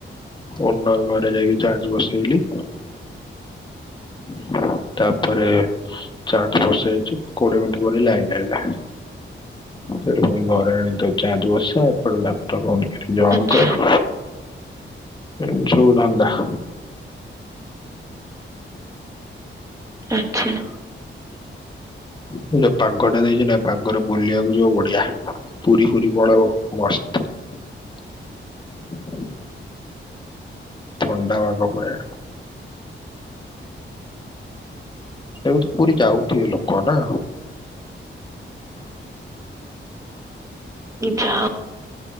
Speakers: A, on the left; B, on the right.
A: ଓନର୍ ଘରେ ଯାଇକି ଚାର୍ଜ ବସେଇଲି। <inaudible> ତାପରେ ଚାର୍ଜ ବସେଇଛି କୋଡିଏ ମିନିଟ ପରେ ଲାଇନ ଆଇଲା। ସେଟୁ ପୁଣି ଘରେ ଆଣି ତାକୁ ଚାର୍ଜ ବସା, ଏପଟେ ଲାପଟପ୍ ଅନ୍ କରି ଜଏନ୍
B: ଆଚ୍ଛା
A: କର୍। ଏମିତି ସବୁ ଧନ୍ଦା। <inaudible>
B: ଆଛା।
A: ହୁଁ <inaudible> ଯୋଉ ପାଗ ଟା ଦେଇଛି ନା ପାଗରେ ବୁଲିବାକୁ ଯିବ ବଢିଆ ପୁରୀ ପୁରୀ ପଳେଇବ ମସ୍ତ। <inaudible> ଥଣ୍ଡା ପାଗ ପରା ଏବେ ତ ପୁରି ଯାଉଥିଵେ ଲୋକ ନା
B: ଯା <unintelligible>